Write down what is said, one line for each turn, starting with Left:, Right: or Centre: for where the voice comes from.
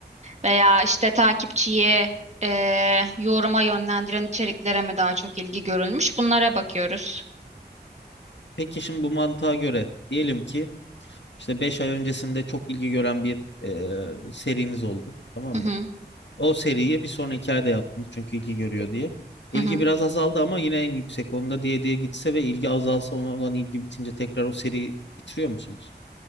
Right: Veya işte takipçiyi e, yoruma yönlendiren içeriklere mi daha çok ilgi görülmüş? Bunlara bakıyoruz.
Left: Peki şimdi bu mantığa göre diyelim ki işte 5 ay öncesinde çok ilgi gören bir e, seriniz oldu. Tamam
Right: Hı
Left: mı?
Right: hı,
Left: O seriyi bir sonraki ayda yaptınız çünkü ilgi görüyor diye.
Right: hı
Left: İlgi
Right: hı.
Left: biraz azaldı ama yine en yüksek onda diye diye gitse ve ilgi azalsa ona olan ilgi bitince tekrar o seriyi bitiriyor musunuz?